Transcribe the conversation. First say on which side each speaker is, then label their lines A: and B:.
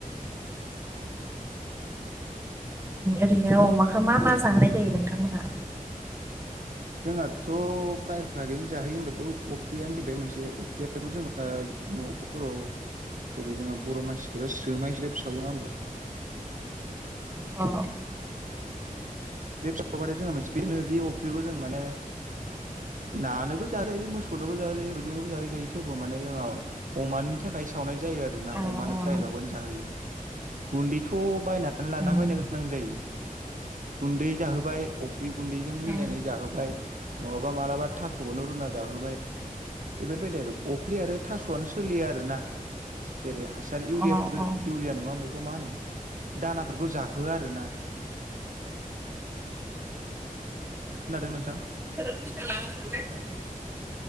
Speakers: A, on the right; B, on the right.
A: ओरैनो अमाखौ मा मा जाहोनाय जायो नोंथांमोनहा
B: जोंहाथ' प्रायभभागैनो जाहोयो होनबाथ' अफ्रियानो जाहैबाय मोनसे अफ्रियाथ' जों न'फोराव जेरै जोंहा बर' मानसिफोरा सोमाय स्र फिसावौङा होमबा
A: अ
B: बे फिस जोङो मोनसे बेनो बे अफ्रिखौ जों माने नानोबो जाजायो मोसौनोबो जाजायो बिदिनोबो जाहायो जायो थेवबो माने जोंहा अमानि थाखाय सावनाय जायो आरो ना
A: अ
B: अमानो
A: अ
B: प्र्रायबाबनो जाहोयो गुन्दैथ' बायनानै लाना
A: उम
B: बैनो गोनां जायो। गुन्दै जाहोबाय अफ्रि गुन्दैजों मिलायनाय
A: अ
B: जाहोबाय नङाबा मालाबा थास'खौनो रुना जाहोबाय बेफोरबायदि आरो अफ्रि आरो थास'आनो सोलियो आरो ना। जेरै हासार इउरियाफोरखौ
A: अ अ
B: इउरिया नङा बेखौ मा होनो दानाफोरखौ जाहोआ आरो ना खोनादों नोंथां
A: रसालानो सालाय